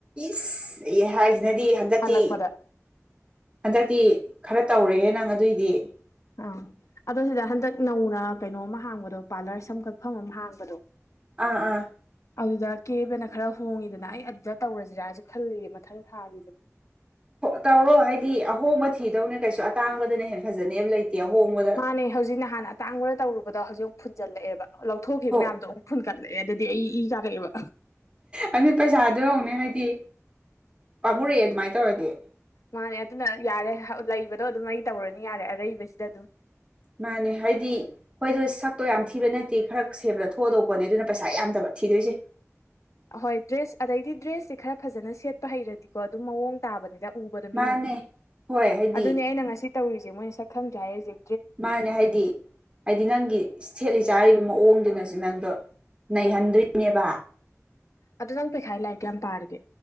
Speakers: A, on the right; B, on the left.
A: ꯏꯁ ꯑꯦ ꯍꯥꯏꯁꯤꯅꯗꯤ ꯍꯟꯗꯛꯇꯤ
B: ꯍꯜꯂꯛꯄꯗ
A: ꯍꯟꯗꯛꯇꯤ ꯈꯔ ꯇꯧꯔꯦꯍꯦ ꯅꯪ ꯑꯗꯨꯏꯗꯤ
B: ꯑꯥ ꯑꯗꯣ ꯁꯤꯗ ꯍꯟꯗꯛ ꯅꯧꯅ ꯀꯩꯅꯣꯝ ꯍꯥꯡꯕꯗꯣ ꯄꯥꯔꯂꯔ ꯁꯝ ꯀꯛꯐꯝ ꯑꯃ ꯍꯥꯡꯕꯗꯣ
A: ꯑꯥ ꯑꯥ
B: ꯑꯗꯨꯗ ꯀꯦꯕꯅ ꯈꯔ ꯍꯣꯡꯉꯤꯗꯅ ꯑꯩ ꯑꯗꯨꯗ ꯇꯧꯔꯁꯤꯔꯥꯁꯨ ꯈꯜꯂꯤꯌꯦ ꯃꯊꯪ ꯊꯥꯒꯤꯁꯦ
A: ꯇꯧꯔꯣ ꯍꯥꯏꯗꯤ ꯑꯍꯣꯡꯕ ꯊꯤꯗꯧꯅꯦ ꯀꯩꯁꯨ ꯑꯇꯥꯡꯕꯗꯅ ꯍꯦꯟꯅ ꯐꯖꯅꯦꯕ ꯂꯩꯇꯦ ꯑꯍꯣꯡꯕꯗ
B: ꯃꯥꯥꯟꯅꯦ ꯍꯧꯖꯤꯛ ꯅꯍꯥꯟ ꯑꯇꯥꯡꯕꯗ ꯇꯧꯔꯨꯕꯗ ꯍꯧꯖꯤꯛ ꯐꯨꯟꯖꯜꯂꯛꯑꯦꯕ ꯂꯧꯊꯣꯛꯈꯤꯕ
A: ꯍꯣ
B: ꯃꯌꯥꯝꯗꯣ ꯑꯃꯨꯛ꯫ ꯐꯨꯟ ꯀꯠꯂꯛꯑꯦ ꯑꯗꯨꯗꯤ ꯑꯩ ꯏ ꯀꯥꯔꯛꯑꯦꯕ꯫
A: ꯑꯗꯨ ꯄꯩꯁꯥꯗꯣ ꯌꯦꯡꯎꯅꯦ ꯍꯥꯏꯗꯤ ꯄꯥꯝꯃꯨꯔꯛꯑꯦ ꯑꯗꯨꯃꯥꯏꯅ ꯇꯧꯔꯗꯤ꯫
B: ꯃꯥꯅꯦ ꯑꯗꯨꯅ ꯌꯥꯔꯦ ꯂꯩꯕꯗꯣ ꯑꯗꯨꯝ ꯑꯩ ꯇꯧꯔꯅꯤ ꯌꯥꯔꯦ ꯑꯔꯩꯕꯁꯤꯗ ꯑꯗꯨꯝ꫰꫰
A: ꯃꯥꯅꯦ ꯍꯥꯏꯗꯤ ꯍꯣꯏꯗ ꯁꯛꯇꯣ ꯌꯥꯝ ꯊꯤꯕ ꯅꯠꯇꯦ ꯈꯔ ꯁꯦꯝꯕꯗ ꯊꯣꯛꯑꯗꯧꯄꯣꯠꯅꯦ ꯑꯗꯨꯅ ꯄꯩꯁꯥ ꯌꯥꯝꯗꯕ ꯊꯤꯗꯣꯏꯁꯦ꯫
B: ꯑꯍꯣꯏ ꯗ꯭ꯔꯦꯁ ꯑꯗꯩꯗꯤ ꯗ꯭ꯔꯦꯁꯁꯦ ꯈꯔ ꯐꯖꯅ ꯁꯦꯠꯄ ꯍꯩꯔꯗꯤꯀꯣ ꯑꯗꯨꯝ ꯃꯑꯣꯡ ꯇꯥꯕꯅꯤꯗ ꯎꯕ ꯗ ꯃꯤꯅ
A: ꯃꯥꯅꯦ ꯍꯣꯏ ꯍꯥꯏꯗꯤ
B: ꯑꯗꯨꯅꯦ ꯑꯩꯅ ꯉꯁꯤ ꯇꯧꯔꯤꯁꯦ ꯃꯣꯏꯅ ꯁꯛ ꯈꯪꯗ꯭ꯔꯦ ꯍꯥꯏꯔꯩꯁꯦ꯫
A: ꯃꯥꯅꯦ ꯍꯥꯏꯗꯤ ꯍꯥꯏꯗꯤ ꯅꯪꯒꯤ ꯏꯁ ꯊꯦꯠꯂꯤ ꯆꯥꯔꯤꯕ ꯃꯑꯣꯡꯗꯨꯅꯁꯨ ꯅꯪꯗꯣ꯫ ꯅꯩꯍꯟꯗꯣꯏꯅꯦꯕ꯫
B: ꯑꯗꯣ ꯅꯪ ꯄꯩꯈꯥꯏ ꯂꯥꯏꯛ ꯀ ꯌꯥꯝ ꯄꯥꯔꯒꯦ